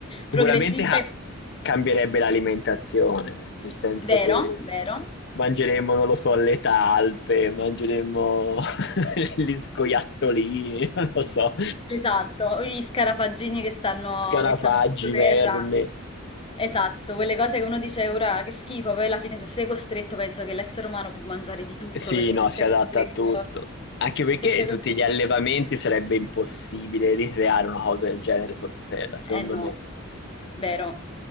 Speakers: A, on the left (about 60°); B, on the left (about 25°).
A: Sicuramente
B: progressista
A: ca-
B: e...
A: cambierebbe l'alimentazione, nel senso
B: Vero,
A: che
B: vero.
A: mangeremmo, non lo so, le talpe, mangeremmo <laughs> gli scoiattolini, non lo so,
B: Esatto, gli scarafaggini che stanno,
A: scarafaggi,
B: che stanno sottoterra.
A: verme.
B: Esatto, quelle cose che uno dice ora che schifo, poi alla fine se sei costretto penso che l'essere umano può mangiare di tutto,
A: Sì,
B: perché
A: no,
B: se
A: si
B: sei
A: adatta
B: costretto...
A: a tutto. Anche perché
B: Se sei
A: tutti
B: costretto...
A: gli allevamenti sarebbe impossibile ricreare una cosa del genere sotterra, secondo
B: Eh no,
A: me.
B: vero.